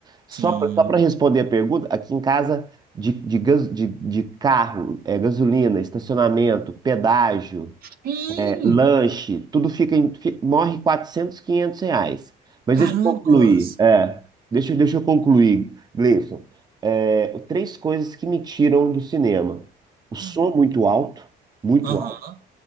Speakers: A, on the right (about 25°); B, on the right (about 60°).
A: Só
B: sim.
A: para responder a pergunta, aqui em casa de, de, gas- de, de carro, é, gasolina, estacionamento, pedágio,
B: Sim!
A: é, lanche, tudo fica em, fi- morre 400, 500 reais. Mas
B: Carambas!
A: deixa eu concluir. É, deixa, eu- deixa eu concluir, Gleison. É, três coisas que me tiram do cinema. O
B: Caramba.
A: som muito alto, muito
B: Aham,